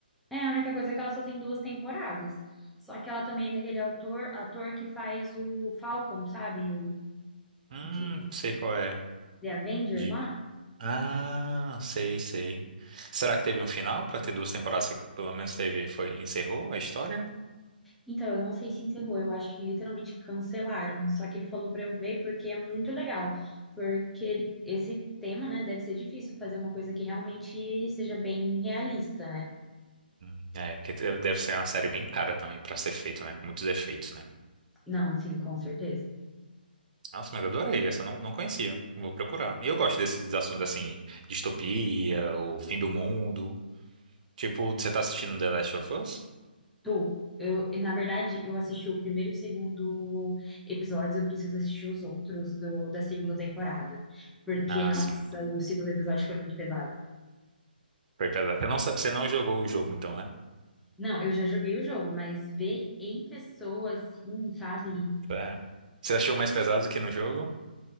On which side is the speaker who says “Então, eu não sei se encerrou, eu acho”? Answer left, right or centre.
Centre